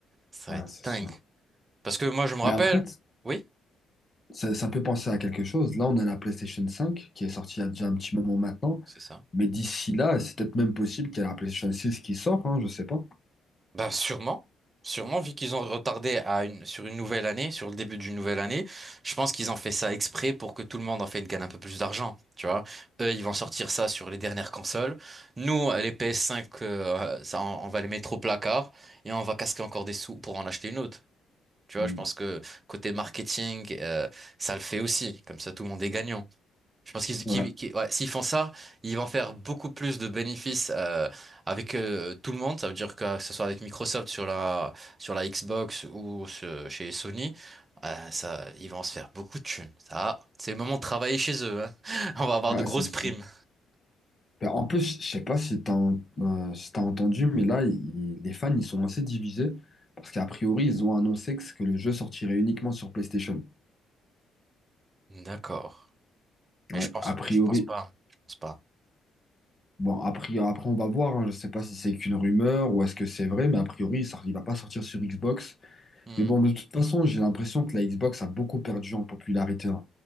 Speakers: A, on the right; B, on the left.
A: Ça
B: Ah,
A: va être
B: c'est
A: dingue.
B: sûr.
A: Parce que moi, je me
B: Mais
A: rappelle.
B: après, t-
A: Oui,
B: ça, ça peut penser à quelque chose. Là, on a la PlayStation cinq qui est sortie il y a déjà un petit moment maintenant.
A: c'est ça.
B: Mais d'ici là, c'est peut-être même possible qu'il y ait la PlayStation six qui sort, hein, je sais pas.
A: Ben, sûrement. Sûrement, vu qu'ils ont retardé à une, sur une nouvelle année, sur le début d'une nouvelle année, je pense qu'ils ont fait ça exprès pour que tout le monde, en fait, gagne un peu plus d'argent. Tu vois? Eux, ils vont sortir ça sur les dernières consoles. Nous, euh, les PS5, euh, ça, on, on va les mettre au placard et on va casquer encore des sous pour en acheter une autre. Tu vois?
B: Mm.
A: Je pense que côté marketing, euh, ça le fait aussi. Comme ça, tout le monde est gagnant. Je pense qu'ils, qu'ils-
B: Ouais.
A: qu'ils- ouais, s'ils font ça, ils vont faire beaucoup plus de bénéfices euh, avec euh, tout le monde. Ça veut dire que, que ce soit avec Microsoft sur la sur la Xbox ou ce- chez Sony, euh, ça, ils vont se faire beaucoup de thunes. Ça, c'est le moment de travailler chez eux. hein. <laughs> On va avoir
B: Ah,
A: de grosses
B: c'est sûr.
A: primes.
B: Ben, en plus, je sais pas si t'as en- euh, si t'as entendu, mais là, il- les fans, ils sont assez divisés. Parce qu'à priori, ils ont annoncé que, que le jeu sortirait uniquement sur PlayStation.
A: D'accord.
B: Ouais.
A: Mais je pense,
B: A priori,
A: mais je pense pas. Je pense pas.
B: bon, a priori, après on va voir, hein. je sais pas si c'est qu'une rumeur ou est-ce que c'est vrai, mais a priori il sort- il va pas sortir sur Xbox.
A: Hmm,
B: Mais bon, de toute façon, j'ai l'impression que la Xbox a beaucoup perdu en popularité. hein.